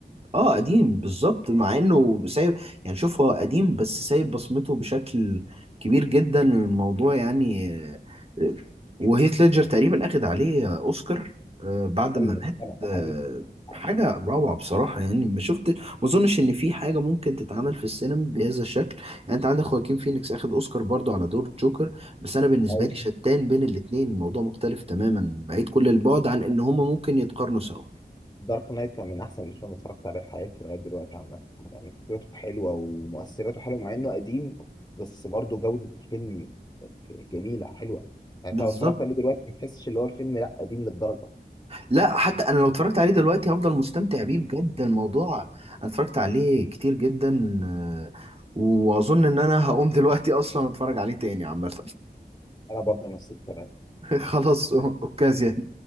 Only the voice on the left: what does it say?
ايوه
ده فعلا ده حقيقي
قديم
ايوه
دارك نايت كان من احسن الافلام اللي اتفرجت عليها في حياتي لغايه دلوقتي عامه يعني فكرته حلوه ومؤثراته حلوه مع انه قديم بس برضه جوده الفيلم جميله حلوه يعني
انت لو اتفرجت عليه دلوقتي ما تحسش اللي هو الفيلم لا قديم للدرجه
انا برضه نفس الكلام